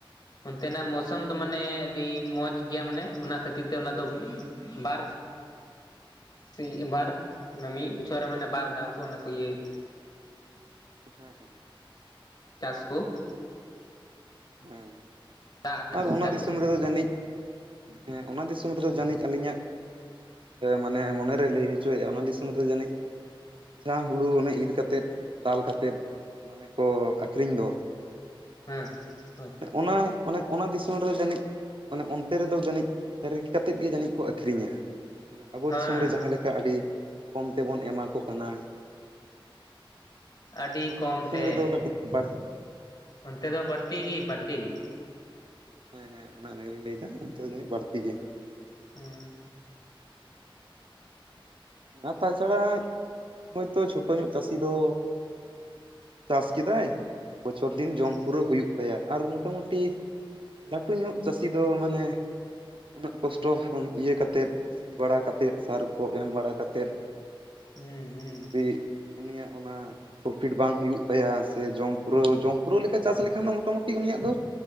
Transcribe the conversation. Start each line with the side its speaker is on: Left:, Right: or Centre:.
Left: ᱚᱱᱛᱮᱱᱟᱜ ᱢᱳᱣᱥᱚᱢ ᱫᱚ ᱢᱟᱱᱮ ᱟᱹᱰᱤ ᱢᱚᱸᱡᱽ ᱜᱮᱭᱟ ᱢᱟᱱᱮ ᱚᱱᱟ ᱠᱷᱟᱹᱛᱤᱨ ᱛᱮ ᱚᱱᱟ ᱫᱚ ᱵᱟᱨ ᱥᱮ ᱟᱵᱟᱨ ᱚᱱᱟ ᱢᱤᱫ ᱵᱚᱪᱷᱚᱨ ᱢᱟᱱᱮ ᱵᱟᱨ ᱫᱷᱟᱣ ᱠᱚ ᱚᱱᱟ ᱠᱚ ᱤᱭᱟᱹᱭᱮᱫ
Right: ᱦᱮᱸ ᱦᱮᱸ
Left: ᱪᱟᱥ ᱠᱚ
Right: ᱦᱮᱸ
Left: ᱫᱟᱜ ᱨᱮᱱᱟᱜ
Right: ᱟᱨ
Left: ᱥᱩᱵᱤᱫᱷᱟ
Right: ᱚᱱᱟ ᱫᱤᱥᱚᱢ
Left: ᱠᱚ
Right: ᱨᱮᱫᱚ ᱡᱟᱹᱱᱤᱡ ᱦᱮᱸ ᱚᱱᱟ ᱫᱤᱥᱚᱢ ᱨᱮᱫᱚ ᱡᱟᱹᱱᱤᱡ ᱟᱹᱞᱤᱧ ᱟᱜ ᱢᱟᱱᱮ ᱢᱚᱱᱮᱨᱮ ᱞᱟᱹᱭ ᱦᱚᱪᱚᱭᱮᱜᱼᱟ ᱚᱱᱟ ᱫᱤᱥᱚᱢ ᱨᱮ ᱡᱟᱹᱱᱤᱡ ᱡᱟᱦᱟᱸ ᱦᱩᱲᱩ ᱚᱱᱮ ᱤᱨ ᱠᱟᱛᱮᱫ ᱫᱟᱞ ᱠᱟᱛᱮᱫ ᱢᱟᱱᱮ ᱠᱚ ᱟᱹᱠᱷᱨᱤᱧ ᱫᱚ
Left: ᱦᱩᱸ ᱦᱳᱭ
Right: ᱚᱱᱟ ᱚᱱᱮ ᱚᱱᱟ ᱫᱤᱥᱚᱢ ᱨᱮᱫᱚ ᱡᱟᱹᱱᱤᱡ ᱢᱟᱱᱮ ᱚᱱᱛᱮ ᱨᱮᱫᱚ ᱡᱟᱹᱱᱤᱡ ᱰᱷᱮᱨ ᱠᱟᱛᱮ ᱜᱮ ᱡᱟᱹᱱᱤᱡ ᱠᱚ ᱟᱹᱠᱷᱨᱤᱧᱟ, ᱮ ᱟᱵᱚ
Left: ᱦᱮᱸ
Right: ᱫᱤᱥᱚᱢ ᱨᱮ ᱡᱟᱦᱟᱸ ᱪᱤᱠᱟ ᱟᱹᱰᱤ ᱠᱚᱢ ᱛᱮᱵᱚᱱ ᱮᱢᱟ ᱠᱚ ᱠᱟᱱᱟ ᱾
Left: ᱟᱹᱰᱤ ᱠᱚᱢ
Right: ᱚᱱᱟ ᱫᱤᱥᱚᱢ
Left: ᱛᱮ
Right: ᱨᱮᱫᱚ ᱠᱟᱹᱴᱤᱡ ᱵᱟᱹᱲ
Left: ᱚᱱᱛᱮ ᱫᱚ ᱵᱟᱹᱲᱛᱤ ᱜᱮ ᱵᱟᱹᱲᱛᱤ ᱜᱮ
Right: ᱦᱮᱸ ᱦᱮᱸ ᱚᱱᱟ ᱚᱱᱟ ᱜᱮᱞᱤᱧ ᱞᱟᱹᱭ ᱮᱫᱟ ᱚᱱᱛᱮ ᱫᱚ ᱡᱟᱹᱱᱤᱡ ᱵᱟᱹᱲᱛᱤ ᱜᱮ
Left: ᱦᱮᱸ
Right: ᱚᱱᱟ ᱛᱟᱪᱷᱟᱲᱟ ᱦᱚᱭᱛᱳ ᱪᱷᱳᱴᱳ ᱧᱚᱜ ᱪᱟᱹᱥᱤ ᱫᱚ ᱪᱟᱥ ᱠᱮᱫᱟᱭ ᱵᱚᱪᱷᱚᱨ ᱫᱤᱱ
Left: ᱦᱩᱸ
Right: ᱡᱚᱢ ᱯᱩᱨᱟᱹᱣ ᱦᱩᱭᱩᱜ ᱛᱟᱭᱟ ᱟᱨ ᱢᱚᱴᱟᱢᱩᱴᱤ ᱞᱟᱴᱩ ᱧᱚᱜ ᱪᱟᱹᱥᱤ ᱫᱚ ᱢᱟᱱᱮ ᱩᱱᱟᱹᱜ ᱠᱚᱥᱴᱚ ᱤᱭᱟᱹ ᱠᱟᱛᱮᱫ ᱥᱤ ᱵᱟᱲᱟ ᱠᱟᱛᱮᱫ ᱥᱟᱨ ᱠᱚ ᱮᱢ ᱵᱟᱲᱟ ᱠᱟᱛᱮᱫ
Left: ᱦᱩᱸ
Right: ᱡᱩᱫᱤ ᱩᱱᱤᱭᱟᱜ ᱚᱱᱟ ᱯᱨᱚ ᱯᱷᱤᱴ ᱵᱟᱝ ᱦᱩᱭᱩᱜ ᱛᱟᱭᱟ ᱥᱮ ᱡᱚᱢ ᱯᱩᱨᱟᱹᱣ ᱡᱚᱢ ᱯᱩᱨᱟᱹᱣ ᱞᱮᱠᱟ ᱪᱟᱥ ᱞᱮᱠᱷᱟᱱ ᱫᱚ ᱢᱚᱴᱟᱢᱩᱴᱤ ᱩᱱᱤᱭᱟᱜ ᱫᱚ